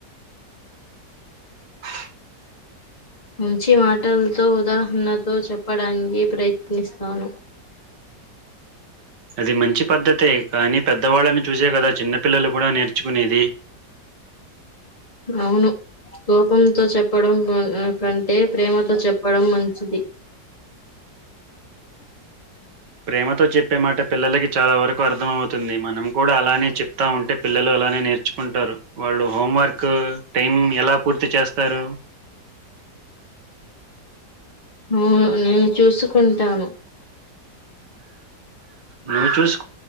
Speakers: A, on the right (about 75°); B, on the left (about 20°).
A: <inaudible>
B: మంచి మాటల్తో ఉదాహరణతో చెప్పడానికి ప్రయత్నిస్తాను
A: అది మంచి పద్దతే కానీ పెద్దవాళ్ళని చూసే గదా చిన్న పిల్లలు గుడా నేర్చుకునేది
B: అవును కోపంతో చెప్పడం కంటే ప్రేమతో చెప్పడం మంచిది
A: ప్రేమతో చెప్పే మాట పిల్లలకి చాలా వరకు అర్థమవుతుంది మనం కూడా అలానే చెప్తా ఉంటే పిల్లలు అలానే నేర్చుకుంటారు వాళ్ళు హోం వర్క్ టైం ఎలా పూర్తి చేస్తారు
B: అవును నేను చూసుకుంటాను
A: నువ్ చూస్